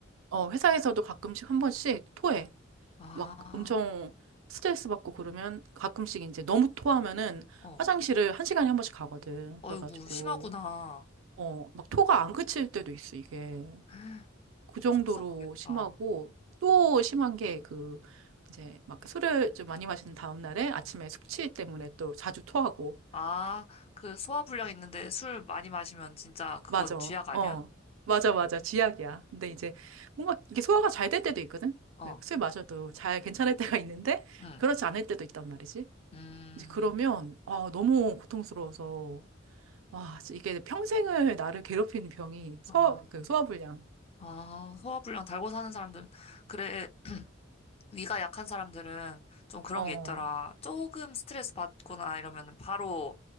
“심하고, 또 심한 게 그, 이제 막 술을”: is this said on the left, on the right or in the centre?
Right